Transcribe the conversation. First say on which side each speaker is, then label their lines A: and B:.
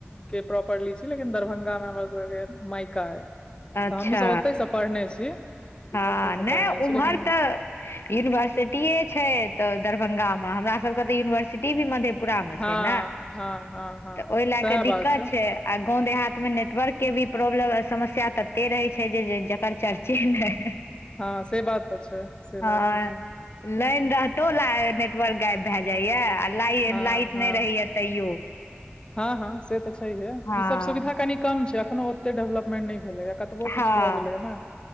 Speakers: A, on the left (about 25°); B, on the left (about 70°).
A: के प्रॉपरली छी लेकिन दरभंगा मे हमर सबके मायका यै
B: अच्छा
A: तऽ हमहु सब ओतईसँ पढ़ने छी
B: हँ
A: ओतहि से
B: नै
A: पढ़ने छी
B: उम्हर
A: लेकिन हँ
B: तऽ यूनिवर्सिटीए छैय एतऽ दरभंगामे हमरा सबके तऽ यूनिवर्सिटी भी मधे पूरा मे
A: हँ
B: छैय ना
A: हँ हँ हँ
B: तऽ ओय लाक
A: सएह
B: दिक्कत
A: बात छै
B: छैय। आ गांव देहात में नेटवर्क के भी प्रॉब्लम समस्या तते रहे छैय जे जकर चर्चे ने नैय
A: हा से बात तऽ छैय से
B: हँ
A: बात तऽ छैय।
B: लाइन रहतो ला नेटवर्क गायब भै जाइयै आ लाइ
A: हँ
B: लाइट
A: हँ
B: नैय मेंरहैय तैयो।
A: हँ हँ से तऽ छैय। छहिए
B: हँ
A: ई सब सुविधा कनि कम छै अखनो ओते डेवलपमेंट नहि भेलै यै कतबो
B: हँ
A: किछ भऽ गेलैय ने।